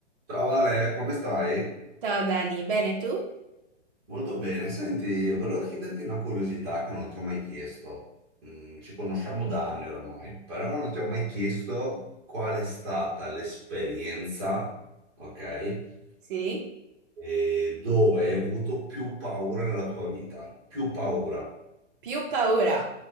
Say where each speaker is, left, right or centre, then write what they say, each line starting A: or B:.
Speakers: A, on the right (about 20°); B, on the right (about 45°).
A: Ciao Vale, come stai?
B: Ciao Dani, bene tu?
A: Molto bene. Senti, volevo chiederti una curiosità che non ti ho mai chiesto. Mm, ci conosciamo da anni oramai, però non ti ho mai chiesto qual è stata l'esperienza, ok?
B: Sì?
A: E dove hai avuto più paura nella tua vita? Più paura.
B: Più paura.